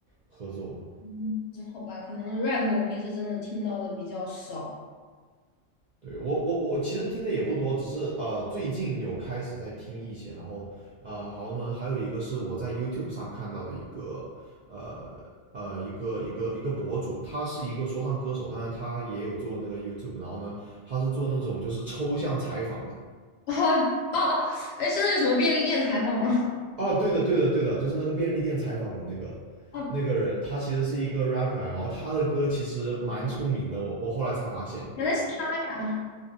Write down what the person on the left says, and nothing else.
嗯，好吧，可能 rap 我平时真的听到的比较少。
<laughs> 哦哦哦，哎，是那个什么便利店采访吗？
<laughs> 哦，
原来是他呀，